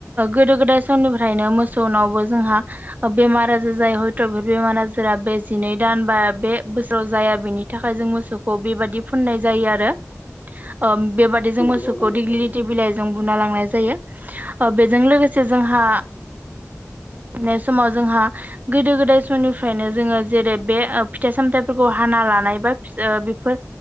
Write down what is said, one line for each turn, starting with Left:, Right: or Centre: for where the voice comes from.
Right: गोदो-गोदाय समनिफ्रायनो मोसौनावबो जोंहा अ' बेमार-आजार जायो हयथ' बे बेमार-आजारा बे जिनै दान बा बे बोसोराव जाया बेनि थाखाय जों मोसौखौ बेबादि फुननाय जायो आरो ओम बेबादि जों
Left: नंगौ
Right: मोसौखौ
Left: नंगौ
Right: देग्लिलिटि
Left: थारैनो
Right: बिलाइजों बुना लांनाय जायो ओ बेजों लोगोसे जोंहा नाय समाव जोंहा गोदो-गोदाय समनिफ्रायनो जोङो जेरै बे ओ फिथाइ-सामथाइफोरखौ हाना लानाय बा फिस ओ बेफोर